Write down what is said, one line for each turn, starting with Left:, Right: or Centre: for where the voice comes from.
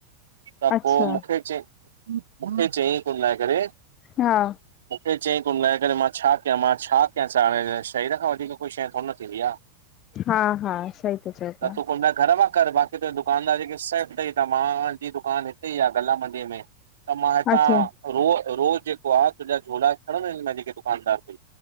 Right: त
Left: अच्छा
Right: पोइ मूंखे चई, मूंखे चई कुल मिलाए करे।
Left: हा
Right: मूंखे चईं कुल मिलाए करे मां छा कयां, मां छा कयां, हाणे शरीर खां वधीक कोई शइ थोड़े न थींदी आ।
Left: हा हा सही था चओ पिया
Right: त तूं कोन घर मां बाक़ी तुंहिंजे दुकानदार जेके सेफ अथई। त मां जी दुकान हिते ई आहे गला मंडीअ में। त मां हिथां
Left: अच्छा
Right: रोज़, रोज़ जे को आहें तुंहिंजा झोला खणणा आहिनि मुंहिंजी जेके दुकान तां।